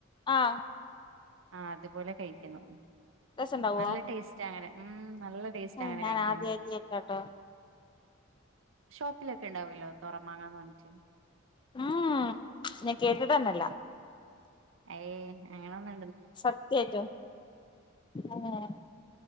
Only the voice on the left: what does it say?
ആഹ്
രസണ്ടാവോ
ഏഹ്
ഞാൻ
ആദ്യായിട്ട് കേക്കാട്ടോ
ഉം ഞാൻ കേട്ടിട്ടന്നല്ല
സത്യായിട്ടും ഏഹ്